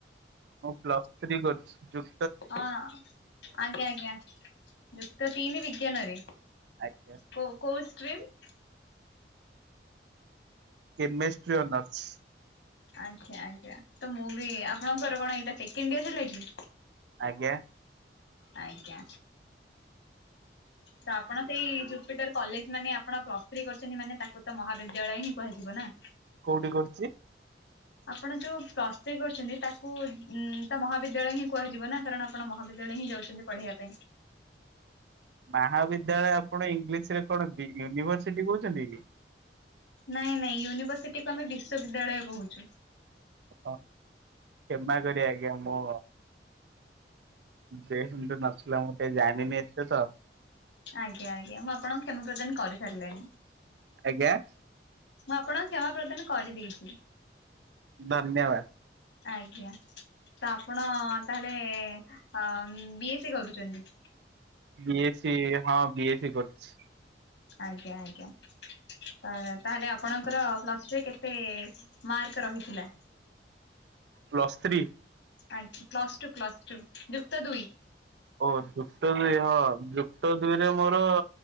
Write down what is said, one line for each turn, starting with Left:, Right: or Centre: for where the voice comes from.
Right: ମୁଁ ପ୍ଲସ୍ ଥ୍ରୀ କରୁଚି ଯୁ
Left: ହଁ ଆଜ୍ଞା ଆଜ୍ଞା ଯୁକ୍ତ ତିନି ବିଜ୍ଞାନରେ
Right: ଆଜ୍ଞା
Left: କୋଉ ଷ୍ଟ୍ରିମ୍?
Right: Chemistry honours.
Left: ଆଜ୍ଞା ଆଜ୍ଞା ତ ମୁଁ ବି ଆପଣଙ୍କର କଣ ଏଇଟା ସେକେଣ୍ଡ୍ ୟର୍ ହେଲା କି?
Right: ଆଜ୍ଞା।
Left: ଆଜ୍ଞା। ତ ଆପଣ ସେଇ ଜୁପିଟର କଲେଜ ମାନେ ଆପଣ ପ୍ଲସ୍ ଥିରି କରଛନ୍ତି ମାନେ ତାକୁ ତ ମହାବିଦ୍ୟାଳୟ ହିଁ କୁହାଯିବ ନା।
Right: କୋଉଠି କରୁଛି?
Left: ଆପଣ ଯୋଉ ପ୍ଲସ୍ତ୍ରୀ କରିଛନ୍ତି ତାକୁ ଉଁ ତା ମହାବିଦ୍ୟାଳୟ ହିଁ କୁହାଯିବ ନା। କାରଣ ଆପଣ ମହାବିଦ୍ୟାଳୟ ହିଁ ଯାଉଛନ୍ତି ପଢିବା ପାଇଁ।
Right: ମାହାବିଦ୍ୟାଳୟ ଆପଣ ଇଂଲିଶ ରେ କଣ ୟୁନିଭରସିଟି କହୁଛନ୍ତି କି?
Left: ନାଇଁ ନାଇଁ ୟୁନିଭର୍ସିଟିକୁୁ ଆମେ ବିଶ୍ୱବିଦ୍ୟାଳୟ କହୁଛୁ।
Right: ଓହ କ୍ଷମା କରିବେ ଆଜ୍ଞା ମୁଁ ଯେ ସେନ୍ତ ନଥିଲା ମୋଟେ ଜାଣିନି ଏତେ ତ
Left: ଆଜ୍ଞା ଆଜ୍ଞା ମୁଁ ଆପଣଙ୍କୁ କ୍ଷମା ପ୍ରଦାନ କରିସାରିଲେଣି।
Right: ଆଜ୍ଞା।
Left: ମୁଁ ଆପଣ କ୍ଷମା ପ୍ରଦାନ କରିଦେଇଛି।
Right: ଧନ୍ୟବାଦ।
Left: ଆଜ୍ଞା। ତ ଆପଣ ତାହେଲେ ଉଁ ବି ଏସ୍ ସି କରୁଚନ୍ତି।
Right: ବି ଏସ୍ ସି ହଁ ବି ଏସ୍ ସି କରୁଛି।
Left: ଆଜ୍ଞା ଆଜ୍ଞା। ତ ତାହେଲେ ଆପଣଙ୍କର ପ୍ଲସ ଟୁ ରେ କେତେ ମାର୍କ ରହିଥିଲା?
Right: Plus three.
Left: ଆ ପ୍ଲସ୍ ଟୁ ପ୍ଲସ୍ ଟୁ ଯୁକ୍ତ ଦୁଇ।
Right: ଓ ଯୁକ୍ତ ଦୁଇ ହଁ ଯୁକ୍ତ ଦୁଇରେ ମୋର